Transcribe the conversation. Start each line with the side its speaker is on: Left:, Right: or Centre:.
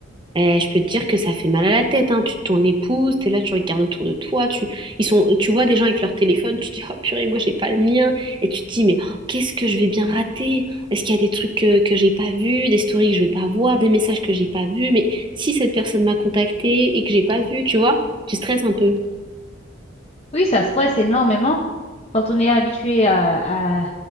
Right: Eh, je peux te dire que ça fait mal à la tête, hein. Tu te tournes épouse, t'es là, tu regardes autour de toi, tu, ils sont, tu vois des gens avec leur téléphone, tu te dis, oh purée, moi j'ai pas le mien. Et tu te dis, mais oh, qu'est-ce que je vais bien rater? Est-ce qu'il y a des trucs que, que j'ai pas vus, des stories que je vais pas voir, des messages que j'ai pas vus? Mais si cette personne m'a contacté et que j'ai pas vu, tu vois, tu stresses un peu.
Left: Oui, ça stresse énormément quand on est habitué à, à